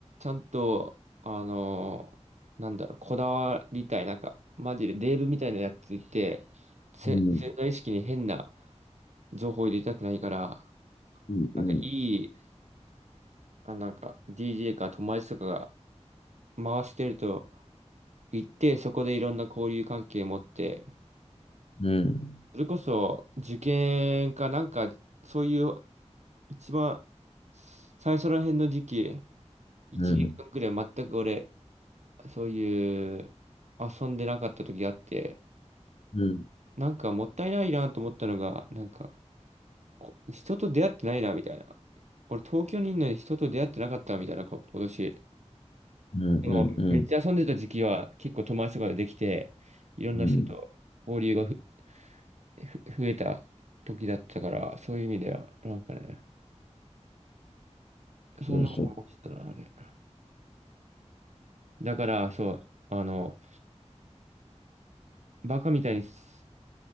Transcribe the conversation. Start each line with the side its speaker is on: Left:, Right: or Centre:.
Right: ゃんと、あのーなんだろう、こだわりたい、なんか、マジでデーブみたいなやついて、せ、
Left: うん。
Right: 潜在意識に変な情報を入れたくないから、
Left: うん。うん。
Right: なんかいい、あ、なんか DJ か友達とかが回してると行って、そこでいろんな交流関係持って、
Left: うん。
Right: それこそ受験かなんか、そういう一番最初ら辺の時期、1年間くらい全く俺、
Left: うん。
Right: そういう遊んでなかった時があって、
Left: うん。
Right: なんかもったいないなと思ったのが、なんかこ人と出会ってないなみたいな。俺東京にいるのに人と出会ってなかったみたいなこ、今年。
Left: うん。
Right: でもめっちゃ遊んでた時期は結構友達とかでできて、
Left: うん。うん
Right: いろんな人と交流がふ
Left: うん
Right: ふ増えた時だったから、そういう意味では、なんかね、そんなこと思ってたな、
Left: そうそう。
Right: あれ。だからそう、あの、バカみたいにさ